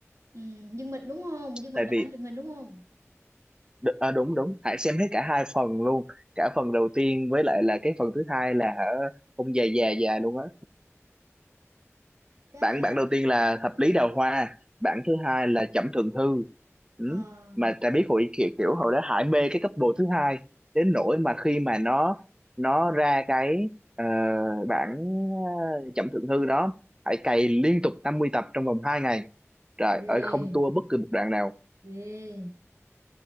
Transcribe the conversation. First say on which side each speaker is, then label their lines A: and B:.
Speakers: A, on the right (about 75°); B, on the right (about 15°).
A: ừ, Dương Mịch đúng không Dương Mịch
B: tại
A: là
B: vì
A: bản truyền hình đúng không
B: đ- ờ, đúng đúng Hải xem hết cả hai phần luôn cả phần đầu tiên với lại là cái phần thứ hai là hả, ông già già già luôn á
A: cái
B: bản
A: ờ,
B: bản đầu tiên là
A: ờ,
B: thập lý đào hoa bản thứ hai là trẩm thượng thư ừ.
A: ờ,
B: mà ta biết hội kiểu, kiểu hồi đó Hải mê cái couple thứ hai đến nỗi mà khi mà nó nó ra cái ờ, bản ờ, trẩm thượng thư đó Hải cày liên tục 50 tập trong vòng hai ngày trời
A: ghê
B: ơi không tua bất cứ một đoạn nào
A: ghê